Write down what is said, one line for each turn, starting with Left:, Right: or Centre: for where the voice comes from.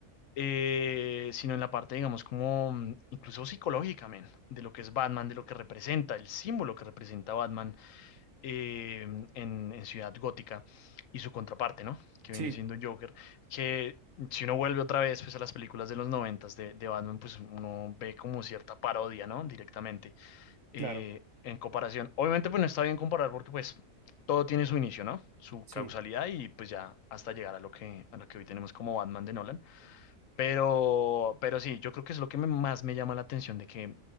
Left: eh, sino en la parte, digamos, como mm, incluso psicológica, men, de lo que es Batman, de lo que representa, el símbolo que representa Batman eh, en, en Ciudad Gótica y su contraparte, ¿no? Que
Right: Sí,
Left: viene siendo Joker, que si uno vuelve otra vez pues, a las películas de los noventas de, de Batman, pues uno ve como cierta parodia, ¿no? Directamente eh,
Right: claro,
Left: en comparación. Obviamente, pues no está bien comparar porque pues todo tiene su inicio, ¿no? Su
Right: sí,
Left: causalidad y pues ya hasta llegar a lo que, a lo que hoy tenemos como Batman de Nolan. Pero, pero sí, yo creo que es lo que me- más me llama la atención de que